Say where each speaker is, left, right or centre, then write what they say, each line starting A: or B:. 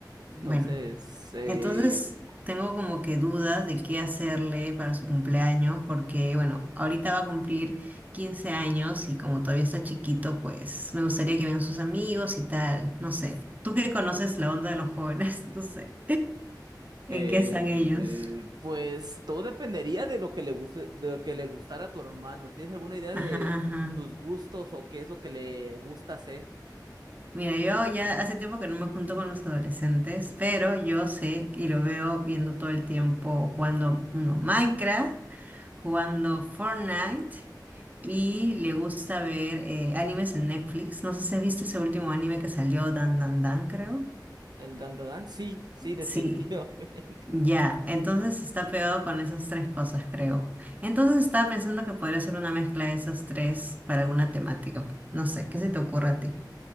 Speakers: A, on the right; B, on the right.
A: Entonces,
B: bueno.
A: eh,
B: Entonces tengo como que dudas de qué hacerle para su cumpleaños, porque bueno, ahorita va a cumplir 15 años y como todavía está chiquito, pues me gustaría que vengan sus amigos y tal, no sé. Tú que conoces la onda de los jóvenes, <laughs> no sé, ¿en
A: eh,
B: qué están ellos?
A: eh, pues todo dependería de lo que le guste, de lo que le gustara a tu hermano. ¿Tienes alguna idea
B: Ajá,
A: de
B: ajá.
A: tus gustos o qué es lo que le gusta hacer?
B: Mira, yo ya hace tiempo que no me junto con los adolescentes, pero yo sé y lo veo viendo todo el tiempo jugando uno, Minecraft, jugando Fortnite y le gusta ver eh, animes en Netflix. No sé si has visto ese último anime que salió, Dan Dan Dan, creo.
A: El dandadan, sí, sí, definitivamente.
B: Sí.
A: <laughs>
B: Ya, entonces está pegado con esas tres cosas, creo. Entonces estaba pensando que podría ser una mezcla de esas tres para alguna temática. ok. No sé, ¿qué se te ocurre a ti?